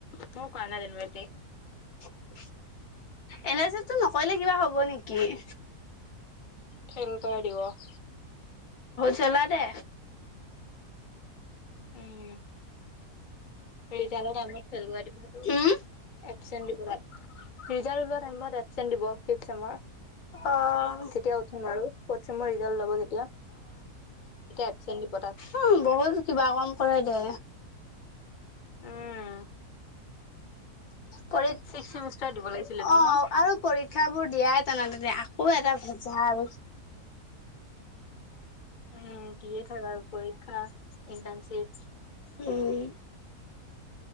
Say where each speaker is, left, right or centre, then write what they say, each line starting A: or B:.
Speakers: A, on the left (about 40°); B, on the left (about 70°).
A: মই পালো ইনভাইটিং
B: এন <unintelligible> চেচটো নকৰিলে কিবা হ'ব নেকি?
A: খেল গ দিব <unintelligible>
B: চলাই দে
A: উম ইণ্টাৰ ফেইল কৰাই দিব <unintelligible>
B: উম,
A: এচেণ্ট দিব তাত ৰিজাল্ট ওলোৱা টাইমত এবছেন্ত দিব <unintelligible>
B: অ',
A: তেতিয়া উঠিম আৰু ফৌৰ্থ চেম মই ৰিজাল্ট লব তেতিয়া। এবচেণ্ট দিব তাত
B: অ বহুত কিবা কম কৰে দে
A: উম
B: পৰে অ
A: ছিক্স চেমিষ্টাৰ দিব লাগিছিল এইটো ন
B: আৰু পৰীক্ষাবোৰ দিয়াত <unintelligible> আকৌ এটা ভেজাল আৰু।
A: উম বি এ থাক আৰু পৰীক্ষা ইণ্টাৰ্নশিপ।
B: উম।